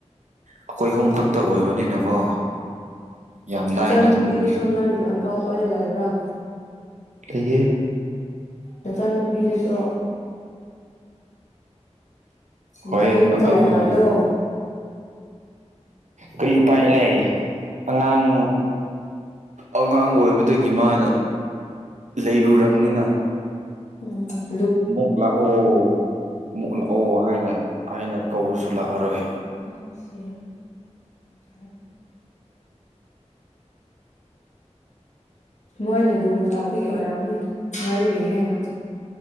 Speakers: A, on the right; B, on the left.
A: ꯑꯩꯈꯣꯏ ꯑꯍꯨꯝ ꯈꯛꯇ ꯑꯣꯏꯕꯅꯤꯅꯀꯣ ꯌꯥꯝ
B: ꯅꯆꯟꯅꯨꯄꯤꯗꯨꯁꯨ
A: ꯂꯥꯏꯅ ꯊꯣꯡꯉꯦꯕ
B: ꯅꯣꯏꯒꯤ ꯑꯪꯀꯥꯏ ꯍꯣꯏꯗ ꯂꯩꯕ꯭ꯔꯥ
A: ꯂꯩꯌꯦ
B: ꯅꯆꯟꯅꯨꯄꯤꯗꯁꯨ
A: ꯍꯣꯏ
B: ꯅꯣꯏ ꯌꯨꯝꯗ
A: ꯑꯪꯀꯜ
B: ꯂꯥꯏꯍꯜꯂꯣ
A: ꯈꯣꯏꯗ ꯀꯔꯤ ꯎꯄꯥꯏ ꯂꯩ ꯑꯉꯥꯡ ꯑꯉꯥꯡ ꯑꯣꯏꯕꯗꯒꯤ ꯃꯥꯅ ꯂꯩꯔꯨꯔꯕꯅꯤꯅ
B: ꯎꯝ <inaudible>
A: ꯑꯃꯨꯛ ꯂꯥꯛꯑꯣ ꯑꯃꯨꯛ ꯂꯥꯛꯑꯣ ꯍꯥꯏꯅ ꯍꯥꯏꯅ ꯀꯧꯕꯔꯁꯨ ꯂꯥꯛꯑꯔꯣꯏ
B: ꯑ ꯈꯨꯁꯤ <inaudible> ꯃꯣꯏꯅ ꯂꯨꯅ ꯇꯥꯎꯕꯒꯤ ꯑꯣꯏꯔꯝꯅꯤ ꯅꯣꯏꯗꯒꯤ ꯍꯦꯟꯅ